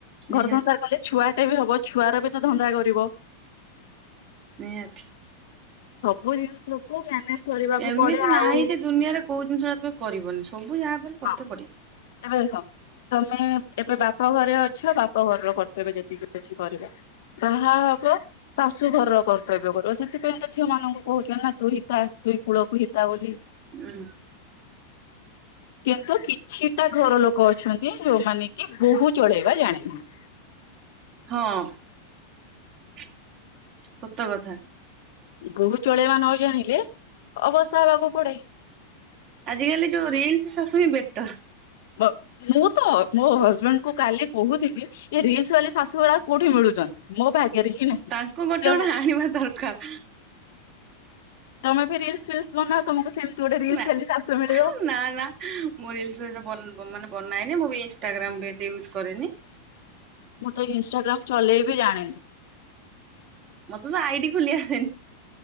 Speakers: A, on the left; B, on the right.
A: ଘର
B: ନିହାତି।
A: ସଂସାର କଲେ ଛୁଆଟେ ବି ହବ ଛୁଆର ବି ତ ଧନ୍ଦା କରିବ।
B: ନିହାତି।
A: ସବୁ ଜିନିଷକୁ ମ୍ୟାନେଜ୍ କରିବାକୁ
B: ଏମିତି
A: ପଡେ ଆଉ।
B: ନାହିଁ ଯେ ଦୁନିଆରେ କୋଉ ଜିନିଷ ଟା ତମେ କରିବନି ସବୁ ଯାହା ବି ହେଲେ। କରିତେ
A: ହଁ
B: ପଡିବ।
A: ଏବେ ଦେଖ। ତମେ ଏବେ ବାପଘରେ ଅଛ ବାପଘର ର କର୍ତ୍ତବ୍ୟ ଯେତିକି ବି ଅଛି କରିବ। ବାହା ହବ। ଶାଶୁ ଘରର କର୍ତ୍ତବ୍ୟ କରିବ, ସେଥିପାଇଁ ତ ଝିଅ ମାନଙ୍କୁ କହୁଛନ୍ତି ନା ଦୁହିତା ଦୁଇ କୂଳକୁ ହିତା ବୋଲି।
B: ଉଁ।
A: କିନ୍ତୁ କିଛିଟା ଘର ଲୋକ ଅଛନ୍ତି, ଯୋଉମାନେ କି ବୋହୁ ଚଳେଇବା ଜାଣିନାହାନ୍ତି।
B: ହଁ ସତ କଥା।
A: ବୋହୁ ଚଳେଇବା ନ ଜାଣିଲେ ଅବସ୍ଥା ହେବାକୁ ପଡ଼େ।
B: ଆଜି କାଲି ଯୋଉ ରିଲସ୍ ଶାଶୁ ହିଁ ବେଟର।
A: ବ ମୁଁ ତ ମୋ ହଜବେଣ୍ଡ କୁ କାଲି କହୁଥିଲି ଏ ରିଲସ୍ ବାଲି ଶାଶୁ ଗୁଡ଼ାକ। କୋଉଠି ମିଳୁଚନ୍ତି? ମୋ ଭାଗ୍ୟରେ ହିଁ ନାହିଁ
B: ତାଙ୍କୁ ଗୋଟେ ଗୋଟେ
A: ଯା ହଉ
B: ଆଣିବା ଦରକାର।
A: ତମେ ବି ରିଲସ୍ ଫିଲସ୍ ବନାଅ ତମକୁ ସେମତି ଗୋଟେ ରିଲସ୍
B: ନା।
A: ବାଲି ଶାଶୁ ମିଳିବ।
B: ନା ନା। ମୁଁ ରିଲସ୍ ଫିଲସ୍ ବନ ମାନେ ବନାଏନି ମୁଁ ବି ଇନଷ୍ଟାଗ୍ରାମ ବି ଏତେ ୟୁଜ୍ କରେନି।
A: ମୁଁ ତ ଇନଷ୍ଟାଗ୍ରାମ୍ ଚଲେଇବି ଜାଣିନି।
B: ମତେ ତ ଆଇଡି ଖୋଲି ଆସେନି।